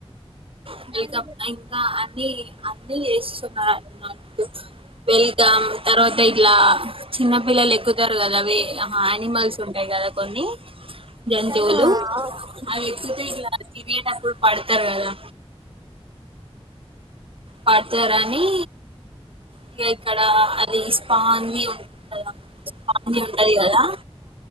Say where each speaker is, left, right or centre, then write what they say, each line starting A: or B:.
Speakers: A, on the right; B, on the right.
A: అ వెల్కమ్
B: ఆ
A: అ ఇంకా అన్ని అన్ని వేస్తున్నారు అన్నట్టు వెల్కం తర్వాత ఇలా చిన్నపిిల్లలు ఎక్కుతారు కదా అవిే యానిమల్స్ ఉంటాయి కదా కొన్ని జంతువులు
B: అవును ఆ
A: అవి వచ్చినయి ఇగా ఎక్కేటప్పుడు పడ్తారు కదా పడ్తారా అని ఇక ఇక్కడ అది స్పాంజీ ఉ స్పాంజీ ఉంటది కదా